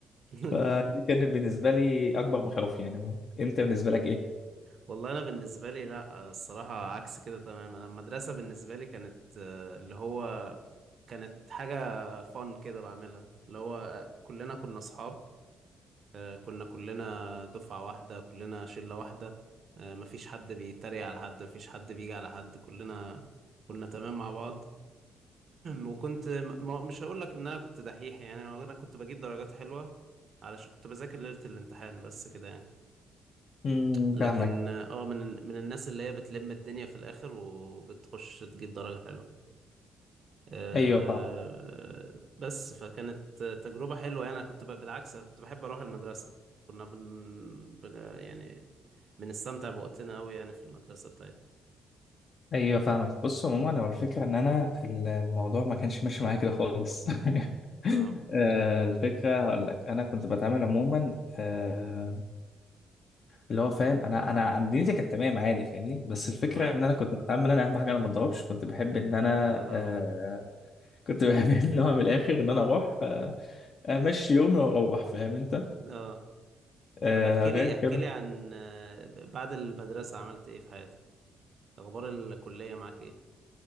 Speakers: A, on the right; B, on the left.
A: <laughs>
B: فدي كانت بالنسبه لي اكبر مخاوفي يعني انت بالنسبه لك ايه؟
A: والله انا بالنسبه لي لا الصراحه عكس كده تماما انا المدرسه بالنسبه لي كانت آه، اللي هو كانت حاجه فن كده بعملها اللي هو آه، كلنا كنا اصحاب آه، كنا كلنا دفعه واحده كلنا شله واحده آه، مفيش حد بيتريق على حد مفيش حد بيجي على حد كلنا كنا تمام مع بعض وكنت ما مش هقول لك ان انا كنت دحيح يعني انا كنت بجيب درجات حلوه علشان كنت بذاكر ليله الامتحان بس كده يعني
B: امم
A: لكن
B: فاهمك
A: اه من من الناس اللي هي بتلم الدنيا في الاخر وبتخش تجيب درجه حلوه آه
B: ايوه
A: بس فكانت تجربه حلوه يعني انا كنت ب... بالعكس انا كنت بحب اروح المدرسه كنا بن... بن... يعني بنستمتع بوقتنا قوي يعني في المدرسه بتاعتنا
B: ايوه فاهمك بص عموما انا الفكره ان انا ال- الموضوع ما كانش ماشي معايا كده خالص <laughs>
A: اه
B: آه، الفكره هقول لك انا كنت بتعامل عموما آه، اللي هو فاهم انا انا عن- دنيتي كانت تمام عادي فاهمني بس الفكره
A: تمام
B: ان انا كنت بتعامل انا اهم حاجه انا ما اتضربش كنت بحب ان انا
A: يا لهوي
B: آه، كنت بحب <laughs> ان هو من الاخر ان انا اروح آه، امشي يومي واروح فاهم انت
A: اه
B: آه،
A: طب احكي
B: غير
A: لي احكي
B: كده
A: لي عن آه، بعد المدرسة عملت ايه في حياتك اخبار الكلية معاك ايه